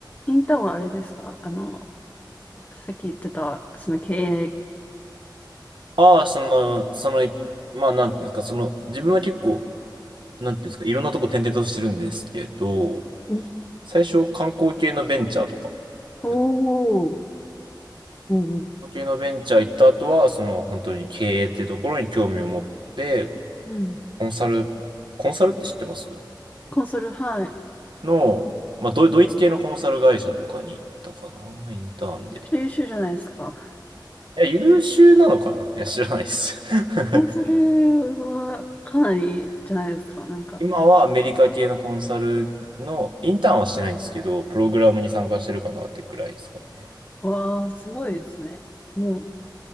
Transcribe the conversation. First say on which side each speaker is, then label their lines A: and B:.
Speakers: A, on the left; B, on the right.
A: インターンはあれですかあの、さっき言ってた、その経営。
B: ああ、その、その、いまあ、なんていうんですか、その、自分は結構、なんていうんですか、いろんなとこ転々としてるんですけど、
A: ん
B: 最初観光系のベンチャーとか、
A: お
B: や
A: ー、おー、
B: 観光系のベンチャー行った後は、その、本当に経営っていうところに興味を持って、
A: うん。
B: コンサル、コンサルって知ってます
A: コンソル、はい。め
B: の、まあ、ドドイツ系のコンサル会社とかに行ったかな、インターンで。
A: ちゃくちゃ優秀じゃないですか。
B: いや、優秀なのかないや、知らないです。<laughs>
A: コンソルはかなりじゃないですか。なんか、
B: 今はアメリカ系のコンサルの、インターンはしてないんですけど、プログラムに参加してるかなってくらいですかね。
A: わー、すごいですね。もう、